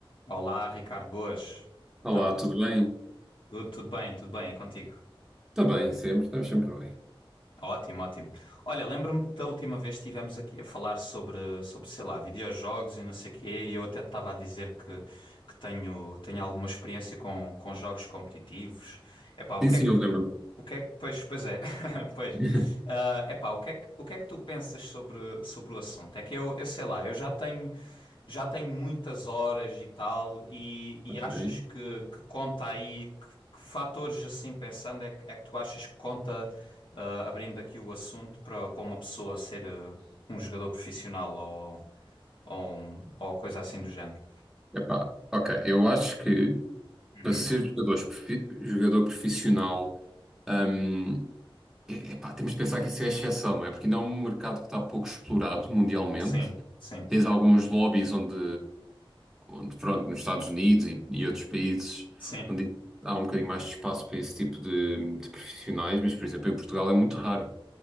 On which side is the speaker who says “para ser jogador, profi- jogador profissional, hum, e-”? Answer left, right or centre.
Centre